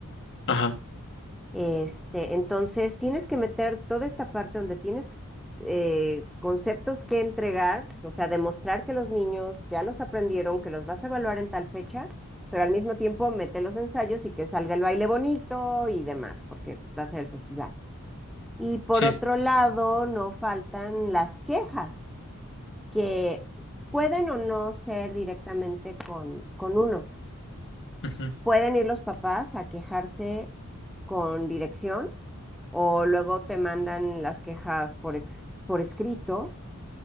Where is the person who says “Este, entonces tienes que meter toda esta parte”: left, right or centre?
Centre